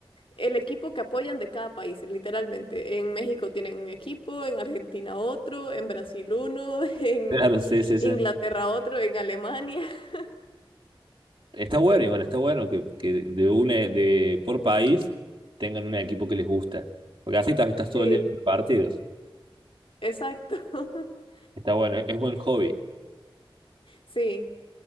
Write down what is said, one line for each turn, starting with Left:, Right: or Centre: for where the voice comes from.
Left: el equipo que apoyan de cada país, literalmente. En México tienen un equipo, en Argentina otro, en Brasil uno, <laughs> en
Right: Claro, sí, sí, sí.
Left: Inglaterra otro, en Alemania. <laughs>
Right: Está bueno, igual, está bueno que, que de una, de por país tengan un equipo que les gusta. Porque así también estás todo
Left: Sí,
Right: el día en partidos.
Left: exacto. <laughs>
Right: Está bueno, es buen hobby.
Left: Sí.